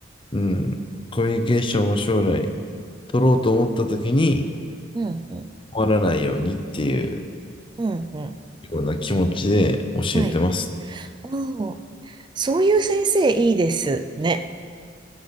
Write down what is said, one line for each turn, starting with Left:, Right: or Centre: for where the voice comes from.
Left: うん、コミュニケーションを将来取ろうと思った時に、
Right: うんうん。
Left: 困らないようにっていう
Right: うんうん。
Left: ような気持ちで教えてます。
Right: はい。うん。そういう先生いいですね。